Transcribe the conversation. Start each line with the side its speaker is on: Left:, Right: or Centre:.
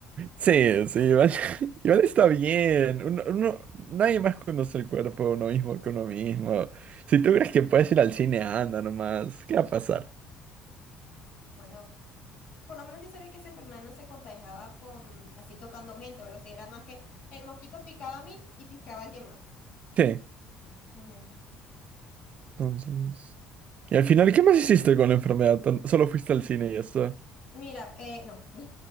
Right: Sí, sí, igual, <laughs> igual está bien. Uno, uno- nadie más conoce el cuerpo de uno mismo que uno mismo. Si tú crees que puedes ir al cine, anda nomás. ¿Qué va a pasar?
Left: Bueno, por lo menos yo sabía que esa enfermedad no se contagiaba con así tocando gente o lo que era más que el mosquito picaba a mí y picaba a alguien más.
Right: Sí,
Left: Ujú.
Right: entonces. Y al final, ¿qué más hiciste con la enfermedad? Tan- Solo fuiste al cine y ya está.
Left: Mira, eh, no, <laughs>